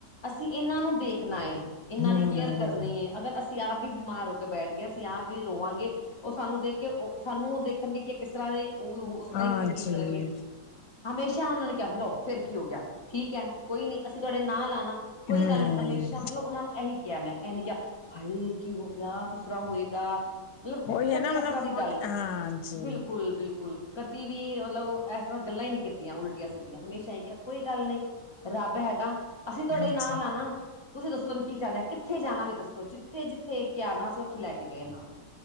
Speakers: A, on the left; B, on the left.
A: ਅਸੀਂ ਇਹਨਾਂ ਨੂੰ ਦੇਖਣਾ ਏ ਇਹਨਾਂ
B: ਹਮ
A: ਦੀ ਕੇਅਰ ਕਰਨੀ ਐ। ਅਗਰ ਅਸੀ ਅਸੀਂ ਆਪ ਹੀ ਬਿਮਾਰ ਹੋ ਕੇ ਬੈਠ ਗਏ ਅਸੀਂ ਆਪ ਹੀ ਰੋਵਾਂਗੇ ਉਹ ਸਾਨੂੰ ਦੇਖ ਕੇ ਉਹ ਸਾਨੂੰ ਦੇਖਣਗੇ ਕਿ ਕਿਸ ਤਰ੍ਹਾਂ ਦੇ ਉਹ ਵੀ ਉਸ ਤਰ੍ਹਾਂ
B: ਹਾਂਜੀ
A: ਹੀ ਫੇ ਫੀਲ ਕਰਨਗੇ ਹਮੇਸ਼ਾ ਉਹਨਾਂ ਨੇ ਕਿਹਾ ਲਓ। ਫਿਰ ਕੀ ਹੋ ਗਿਆ। ਠੀਕ ਹੈ, ਕੋਈ ਨੀ ਅਸੀਂ ਤੁਹਾਡੇ ਨਾਂਲ ਹਾਂ ਨਾ ਕੋਈ
B: ਹਮ
A: ਗੱਲ ਨਹੀਂ ਹਮੇਸ਼ਾ ਮਤਲਬ ਉਹਨਾਂ ਨੂੰ ਇਹੀ ਕਿਹਾ ਮੈਂ ਇਹ ਨੀ ਕਿਹਾ। ਹਾਏ ਕੀ ਹੋ ਗਿਆ ਗਿਆ ਕਿਸ ਤਰ੍ਹਾਂ ਹੋਏਗਾ। ਮਤਲਬ
B: ਉਹੀ
A: ਕੱਧੀ
B: ਹੈ ਨਾ ਮਤਲਬ
A: ਇਸ ਤਰ੍ਹਾਂ ਦੀ
B: ਮੋਟੀ
A: ਗੱਲ।
B: ਹਾਂਜੀ
A: ਬਿਲਕੁਲ-ਬਿਲਕੁਲ ਕਦੀ ਵੀ ਮਤਲਬ ਇਸ ਤਰ੍ਹਾਂ ਗੱਲਾਂ ਹੀ ਨਹੀਂ ਕੀਤੀਆਂ ਉਲਟੀਆਂ-ਸਿੱਧੀਆਂ। ਹਮੇਸ਼ਾ ਹੀ ਕਿਹਾ ਕੋਈ ਗੱਲ ਨੀ। ਰੱਬ ਹੈਗਾ। ਅਸੀਂ ਤੁਹਾਡੇ
B: ਹਾਂਜੀ
A: ਨਾਲ ਹਾਂ ਨਾ। ਤੁਸੀਂ ਦੱਸੋ ਹੁਨ ਕੀ ਚਾਹੁੰਦੇ ਓ, ਕਿ ਜੱਥੇ ਜਾਣਾ ਵੀ ਦੱਸੋ। ਜਿੱਥੇ-ਜਿੱਥੇ ਕਿਹਾ ਨਾ, ਅਸੀਂ ਉੱਥੇ ਲੈ ਕੇ ਗਏ ਇਹਨਾਂ ਨੂੰ